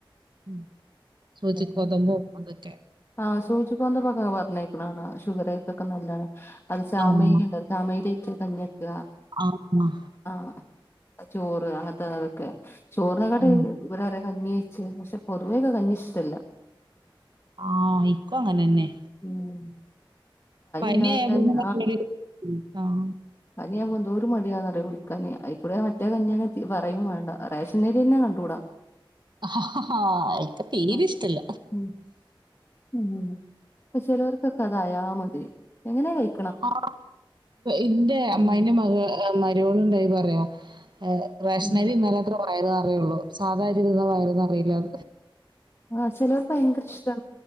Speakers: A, on the right; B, on the left.
A: ഉ സൂചി ഗോതമ്പും
B: ഉം
A: അതൊക്കെ
B: ആഹ് സൂചിഗോതമ്പൊക്കെ പറഞ്ഞേക്കണ കാണാ ഷുഗരേർക്കൊക്കെ നല്ലാണ് അ ചാമയിരിണ്ട്
A: ആഹ്
B: ചാമയിരി ഇട്ട് കഞ്ഞിക്ക
A: ആഹ് ആഹ്
B: ആഹ്‌ ചോറ് അങ്ങനതൊ അതൊക്കെ ചോറിനകാട്ടിം
A: ഉം.
B: ഇേറെ കഞ്ഞി പക്ഷെ പൊതുവേക്കെ കഞ്ഞി ഇഷ്ട്ടല്ല
A: ആഹ ഇക്കു അങ്ങനെ ന്നെ
B: ഉം
A: പനി
B: ഉണ്ടായാൽ
A: ആയാലും
B: തന്നെ
A: <unintelligible> ആഹ്
B: പനിയാമ്പോ എന്തോരു മടിയാന്ന കുടിക്കാാന് അയികൂടെ മറ്റേ കഞ്ഞി അ പറയും വേണ്ട റേഷനരി തന്നെ കണ്ടൂടാ <inaudible>
A: ആഹ് ആഹ്ഹ് ഇക്ക് തീരി
B: ഉം
A: ഇഷ്ടല്ല
B: ഉം ഉം പഷേ ചേലോർക്കൊക്കെ അതായാ മതി എങ്ങനെ കഴി
A: ആ ഇന്റെ അമ്മായിന്റെ
B: ഉം
A: മക മര്യോൾ എന്തേയ്ത് അറിയോ ഏ റേഷനരി
B: ഉം
A: തിന്നാലാത്രേ വയറ് നറയുള്ളു സാധാരി തിന്നാ വയറ് നറീല
B: ആഹ് ചിലോർക് ഭയങ്കര ഇഷ്ട